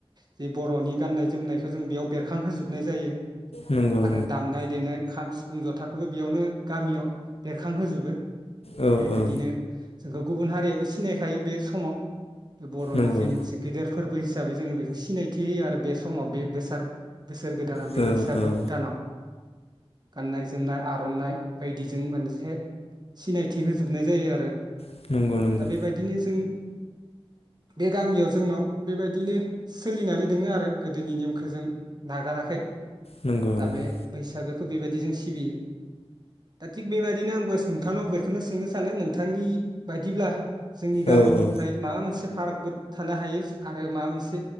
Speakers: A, on the right; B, on the left.
A: जि बर'नि गाननाय जोमनायखौ जों बेयाव बेरखांहोजोब नाय जायो।
B: नंगौ
A: आरो
B: नंगौ
A: दामनाय देनाय खाम सिफुं जथाखौबो बेयावनो गामियाव बेरखांहोजोबो।
B: औ
A: बेबायदिनो
B: औ
A: जोंखौ गुबुन हारि याबो सिनायखायो बे समाव। बे बर'नि
B: नंगौ
A: जे मोनसे गेदेर फोरबो हिसाबै जोङो बेखौ सिनायथि होयो आरो बे समाव बे बेसारद बोसोर गोदानाव बे
B: औ
A: बैसागो
B: औ
A: दानाव गाननाय जोमनाय आर'नाइ बायदिजों मोनसे सिनायथि होजोबनाय जायो आरो
B: नंगौ नंगौ
A: दा बेबायदिनो जों बे गामियाव जोंनाव बेबायदिनो सोलिनानै दोङो आरो गोदोनि नेमखो जों नागाराखै।
B: नंगौ नंगौ
A: दा बे बैसागो बेबायदि जों सिबियो। दा थिग बेबायदिनो आंबो नोंथांनाव बेखौनो सोंनो सानो नोंथांनि बायदिब्ला जोंनि गामिनिफ्राय
B: औ औ
A: माबा मोनसे पार्क ब थानो हायो आरो माबा मोनसे